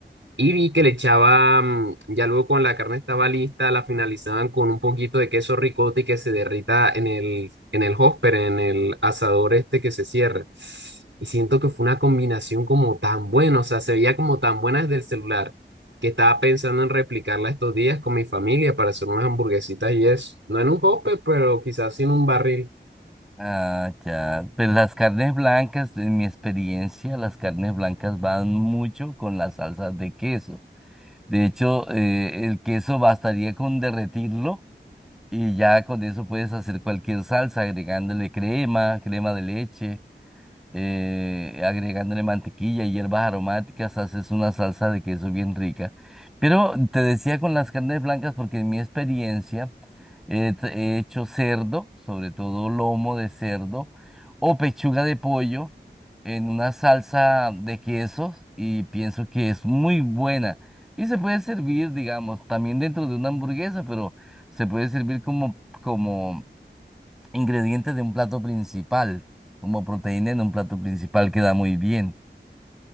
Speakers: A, on the right; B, in the centre.
A: Y vi que le echaban, ya luego cuando la carne estaba lista, la finalizaban con un poquito de queso ricotta y que se derrita en el, en el hopper, en el asador este que se cierra. Y siento que fue una combinación como tan buena, o sea, se veía como tan buena desde el celular, que estaba pensando en replicarla estos días con mi familia para hacer unas hamburguesitas y eso. No en un hopper, pero quizás sí en un barril.
B: Ah, ya. Pues las carnes blancas, en mi experiencia, las carnes blancas van mucho con las salsas de queso. De hecho, eh, el queso bastaría con derretirlo y ya con eso puedes hacer cualquier salsa, agregándole crema, crema de leche eh, agregándole mantequilla y hierbas aromáticas, haces una salsa de queso bien rica. Pero te decía con las carnes blancas, porque en mi experiencia eh, t- he hecho cerdo, sobre todo lomo de cerdo, o pechuga de pollo en una salsa de quesos y pienso que es muy buena. Y se puede servir, digamos, también dentro de una hamburguesa, pero se puede servir como, como ingredientes de un plato principal, como proteína en un plato principal queda muy bien.